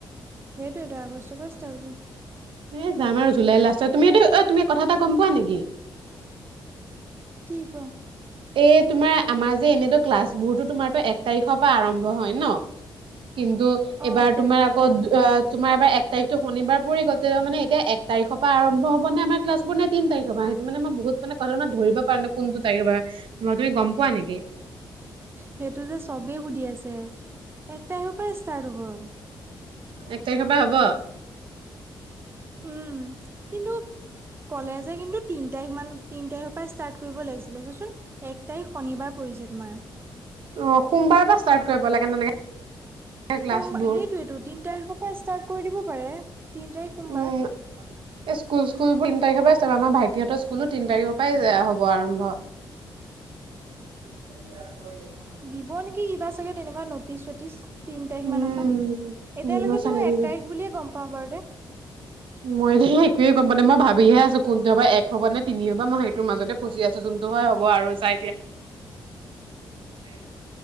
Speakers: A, on the right; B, on the right.
A: সেইটোৱ এটা আগষ্টৰ পৰাই ষ্টাৰ্ট হ'ব।
B: এ যাম আৰু জুলাই লাষ্টত তুমিটো এ তুমি কথা এটা গম পোৱা নেকি?
A: কি কোৱা?
B: এই তোমাৰ আমাৰ যে এনেতো ক্লাছ বোৰতো তোমাৰো এক তাৰিখৰ পৰা আৰম্ভ হয় ন। কিন্তু,
A: অ
B: এইবাৰ
A: এক তাৰিখৰ
B: তোমাৰ
A: পৰা
B: আকৌ- তোমাৰ এাৰ এক তাৰিখটো শনিবাৰ পৰি গল তে মানে এতিয়া এক তাৰিখৰ পৰা আৰম্ভ হব নে আমাৰ ক্লাছ- দুই নে তিন তাৰিখ হব সেইটো মে মই বহুত মানে কৰোনা ধৰিব পৰা নাই কোনটো তাৰিখ পৰা তুমি গম পোৱা নেকি?
A: সেইটো যে চবেই সুধি আছে এক তাৰিখৰ পৰাই ষ্টাৰ্ট হ'ব।
B: এক তাৰিখৰ পৰা হ'ব।
A: উম, কিন্তু- কলেজে কিন্তু তিন তাৰিখ মান তিন তাৰিখৰ পৰা ষ্টাৰ্ট কৰিব লাগিছিলে চোৱাচোন। এক তাৰিখ শনিবাৰ পৰিছে তোমাৰ।
B: অ সোমবাৰৰ পৰা ষ্টাৰ্ট কৰিব লাগে তেনেকে। ক্লাছবোৰ
A: সোম সেইটোয়টো তিন তাৰিখৰ পৰা ষ্টাৰ্ট কৰি দিব পাৰে। তিন তাৰিখ সোমবাৰ
B: উম এই স্কুল স্কুলোৰ তিন তাৰিখৰ পৰা ষ্টাৰ্ট হব আমাৰ ভাইটিহঁতৰ- স্কুলো তিনি তাৰিখৰ পৰাইয়া হ'ব আৰম্ভ। <unintelligible>
A: দিব নেকি কিবা চাগে তেনেকুৱা ন'টিচ চটিচ। তিন তাৰিখ
B: উম
A: মানৰ পৰা, এতিয়ালৈকেতো
B: দিব চাগে
A: এক
B: দিব
A: তাৰিখ বুলিয়ে গম পাও বাৰু দে।
B: মই যে একোৱে গমা নাপাওঁ মই ভাবিহে আছো কোনটো হবা এক হব নে- তিনি হ'ব মই সেইটো মাজতে ফুচি আছো যোনটো হয় হব আৰু চাই এতিয়া- <unintelligible>